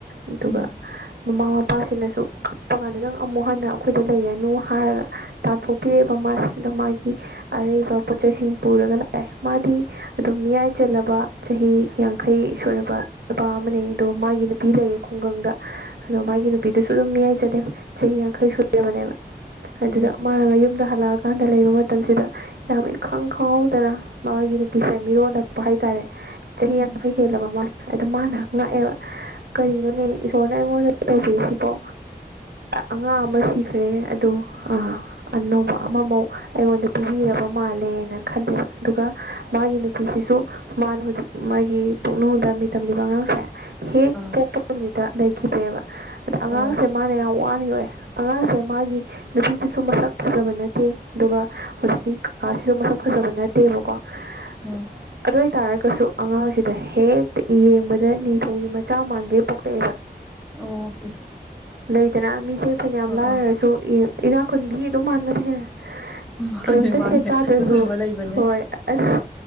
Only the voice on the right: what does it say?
ꯑꯗꯨꯒ
ꯃꯃꯥ ꯃꯄꯥꯁꯤꯅꯁꯨ ꯀꯞꯄ ꯀꯥꯟꯗ ꯅꯪꯑꯃꯨꯛ ꯍꯟꯅ ꯑꯩꯈꯣꯏꯗ ꯂꯩꯔꯅꯨ ꯍꯥꯏꯔꯒ ꯇꯥꯟꯊꯣꯛ ꯄꯤꯔꯛꯑꯕ ꯃꯥꯁꯦ ꯑꯗꯣ ꯃꯥꯒꯤ ꯑꯔꯩꯕ ꯄꯣꯠ ꯆꯩꯁꯤꯡ ꯄꯨꯔꯒ ꯂꯥꯛꯑꯦ ꯃꯥꯗꯤ ꯑꯗꯨꯝ ꯃꯤꯌꯥꯏ ꯆꯜꯂꯕ ꯆꯍꯤ ꯌꯥꯡꯈꯩ ꯁꯨꯔꯕ ꯅꯨꯄꯥ ꯑꯃꯅꯦ ꯑꯗꯣ ꯃꯥꯒꯤ ꯅꯨꯄꯤ ꯂꯩꯌꯦ ꯈꯨꯡꯒꯪꯗ ꯑꯗꯣ ꯃꯥꯒꯤ ꯅꯨꯄꯤꯗꯨꯁꯨ ꯑꯗꯨꯝ ꯃꯤꯌꯥꯏ ꯆꯜꯂꯦ ꯆꯍꯤ ꯌꯥꯡꯈꯩ ꯁꯨꯔꯕꯅꯦꯕ
ꯑꯗꯨꯗ ꯃꯅꯥ ꯃꯌꯨꯝ ꯗ ꯍꯜꯂꯛꯑꯀꯥꯟꯗ ꯂꯩꯕ ꯃꯇꯝꯁꯤꯗ ꯌꯥꯝ ꯏꯈꯪ ꯈꯪꯍꯧꯗꯅ ꯃꯒꯤ ꯅꯨꯄꯤꯁꯦ ꯃꯤꯔꯣꯜꯂꯛꯄ ꯍꯥꯏꯇꯥꯔꯦ ꯆꯍꯤ
ꯌꯥꯡꯈꯩ ꯍꯦꯜꯂꯕ ꯃꯥꯅꯦ ꯑꯗꯣ ꯃꯥꯅ ꯉꯥꯛꯑꯦꯕ ꯀꯔꯤꯅꯣꯅꯦ ꯏꯁꯣꯔꯅ ꯑꯩꯉꯣꯟꯗ ꯇꯧꯕꯤꯔꯤꯁꯤꯕꯣ ꯑꯉꯥꯡ ꯑꯃ ꯁꯤꯈ꯭ꯔꯦ ꯑꯗꯣ ꯑꯥ ꯑꯅꯧꯕ ꯑꯃꯃꯨꯛ ꯑꯩꯉꯣꯟꯗ ꯄꯤꯕꯤꯔꯕ ꯃꯥꯜꯂꯦꯅ ꯈꯜꯂꯦꯕ ꯑꯗꯨꯒ ꯃꯥꯒꯤ ꯅꯨꯄꯤꯁꯤꯁꯨ ꯃꯥꯅ ꯍꯧꯖꯤꯛ ꯃꯥꯒꯤ ꯄꯨꯛꯅꯨꯡꯗ ꯃꯤ ꯇꯝꯂꯤꯕ ꯑꯉꯥꯡꯁꯦ ꯍꯦꯛ
ꯄꯣꯛꯄ ꯅꯨꯃꯤꯠꯇ ꯂꯩꯈꯤꯗ꯭ꯔꯦꯕ ꯑꯗꯣ ꯑꯉꯥꯡꯁꯦ
ꯃꯅꯥ ꯌꯥꯝ ꯋꯥꯅ ꯌꯣꯛꯑꯦ ꯑꯉꯥꯡꯁꯦ ꯃꯥꯒꯤ ꯅꯨꯄꯤꯗꯨꯁꯨ ꯃꯁꯛ ꯐꯖꯕ ꯅꯠꯇꯦ ꯑꯗꯨꯒ ꯍꯧꯖꯤꯛꯀꯤ ꯀꯀꯥꯁꯤꯁꯨ ꯃꯁꯛ ꯐꯖꯕ ꯅꯠꯇꯦꯕꯀꯣ ꯑꯗꯨ
ꯑꯣꯏꯇꯥꯔꯒꯁꯨ ꯑꯉꯥꯡꯁꯤꯗ ꯍꯦꯛ ꯑꯦ ꯌꯦꯡꯕꯗ ꯅꯤꯡꯊꯧꯒꯤ ꯃꯆꯥ ꯃꯥꯟꯒꯩ ꯄꯣꯛꯂꯛꯑꯦꯕ
ꯂꯩꯗꯅ ꯃꯤꯁꯦ ꯐꯅꯌꯥꯝ ꯂꯥꯏꯔꯔꯁꯨ
ꯏꯅꯥꯛ ꯈꯨꯟꯕꯤ ꯑꯗꯨꯝ ꯃꯥꯟꯕꯗ ꯍꯦꯟꯅ
ꯀꯔꯤꯃꯇ
ꯁꯦꯠ ꯆꯥꯗ꯭ꯔꯁꯨ
ꯍꯣꯏ ꯑꯁ